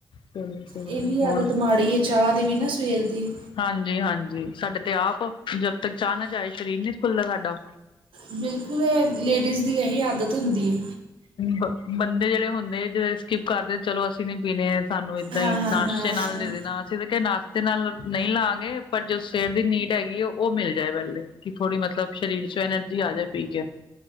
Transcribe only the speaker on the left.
ਚਲੋ। ਚਲੋ
ਹੋਰ
ਹਾਂਜੀ-ਹਾਂਜੀ ਸਾਡੇ ਤੇ ਆਪ ਜਦ ਤੱਕ ਚਾਂ ਨਾ ਜਾਏ ਸਰੀਰ ਨੀ ਖੁੱਲਦਾ ਸਾਡਾ।
ਬ ਬੰਦੇ ਜੇੜੇ ਹੁੰਦੇ ਜੋਂ ਸਕਿੱਪ ਕਰਦੇ ਚਲੋ ਅਸੀਂ ਨੀ ਪੀਨੇ ਐ। ਸਾਨੂੰ ਏਦਾਂ
ਈ
ਨਾਸ਼ਤੇ
ਨਾਲ ਦੇਨਾ ਅਸੀਂ ਤੇ ਕਿਆ ਨਾ ਸ਼ਤੇ ਨਾਲ ਨਈ ਲਾਂਗੇ ਪਰ ਜੋ ਸਵੇਰ ਦੀ ਨੀਡ ਹੈਗੀ ਏ ਓ ਮਿਲ ਜਾਏ ਪੈਲੇ ਕਿ ਥੋੜੀ ਮਤਲਬ ਸ਼ਰੀਰ ਚ ਐਨਰਜੀ ਆ ਜਾ ਪੀਕੇ।